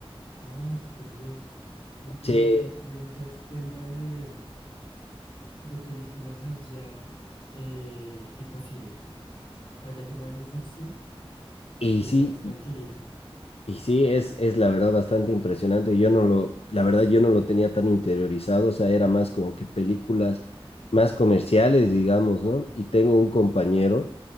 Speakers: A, on the left; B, on the left.
A: ah, súper bien. Eh, Mi,
B: Sí,
A: mi pregunta es tema de, de películas allá, eh, tipo cine. ¿Allá se mueve mucho el cine
B: y
A: o
B: sí,
A: es más tranquilito?
B: y sí, es, es la verdad bastante impresionante. Yo no lo, la verdad, yo no lo tenía tan interiorizado, o sea, era más como que películas más comerciales, digamos, ¿no? Y tengo un compañero